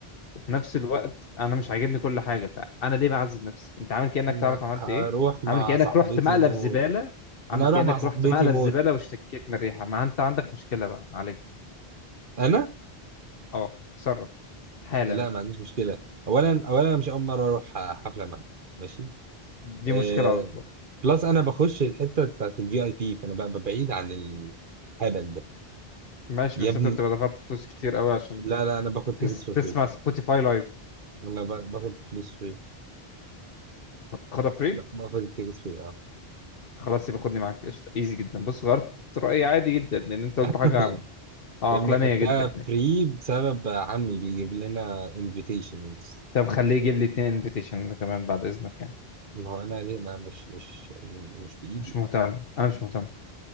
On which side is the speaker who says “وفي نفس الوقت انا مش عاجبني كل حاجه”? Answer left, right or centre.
Left